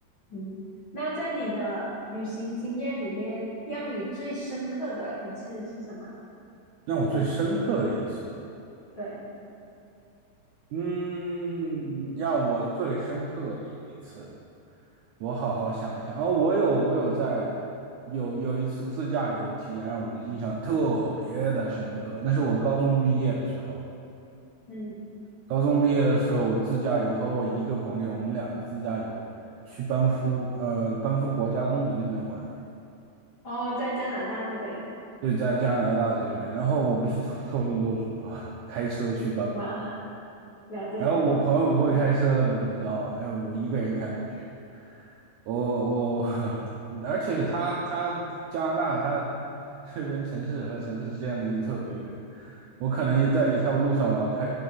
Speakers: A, on the left (about 45°); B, on the right (about 80°).
A: 嗯，那在你的旅行经验里面，让你最深刻的一次是什么？
B: 让我最深刻的一次。
A: 对，
B: 嗯，让我最深刻的一次，我好好想一想。哦，我有我有在有有一次自驾游体验让我印象特别的深刻，那是我高中毕业的时候。
A: 嗯，
B: 高中毕业的时候，我自驾游和我一个朋友，我们两个自驾游去班夫，呃，班夫国家公园那边玩。
A: 哦，在加拿大那边，
B: 对，在加拿大这边，然后我们是从多伦多出发的开车去班夫。
A: 嗯，哇，了解。
B: 然后我朋友不会开车的，你知道吗？因为我一个人开过去。我我我，<laughs> 而且它它加拿大它这边城市和城市之间离得特别远，我可能也在一条路上我要开，